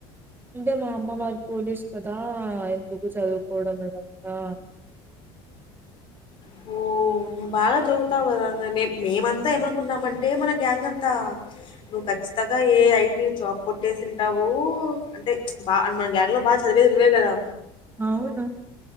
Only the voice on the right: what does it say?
అంటే మా అమ్మ వాళ్ళ పోలీస్ కదా ఎందుకు చదువుకోవడం ఇవంతా
అవును